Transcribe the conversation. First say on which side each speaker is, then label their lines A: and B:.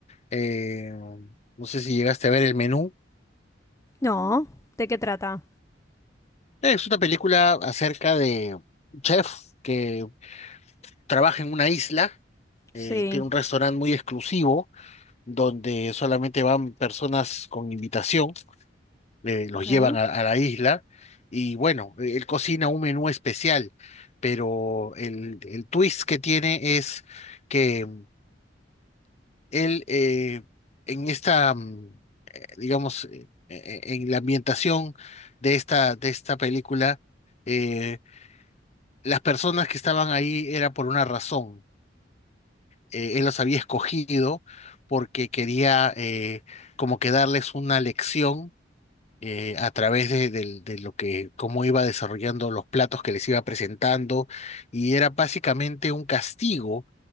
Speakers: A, on the left; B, on the left.
A: eh, no sé si llegaste a ver el menú.
B: No, ¿de qué trata?
A: Es una película acerca de un chef. que trabaja en una isla, eh,
B: Sí,
A: tiene un restaurante muy exclusivo donde solamente van personas con invitación, eh, los
B: ok,
A: llevan a, a la isla y bueno, eh, él cocina un menú especial, pero el, el twist que tiene es que él eh, en esta, mm, eh, digamos, eh, eh, en la ambientación de esta, de esta película, eh, las personas que estaban ahí era por una razón. eh, él los había escogido porque quería eh, como que darles una lección eh, a través de, del- de lo que, cómo iba desarrollando los platos que les iba presentando, y era básicamente un castigo